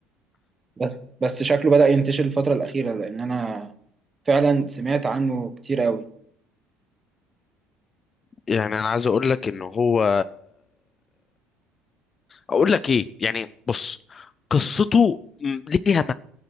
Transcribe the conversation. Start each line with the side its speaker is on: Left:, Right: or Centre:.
Right: بس بس شكله بدأ ينتشر الفترة الأخيرة لأن أنا فعلا سمعت عنه كتير قوي
Left: يعني انا عايز اقول لك ان هو اقول لك ايه يعني بص قصته م- ليها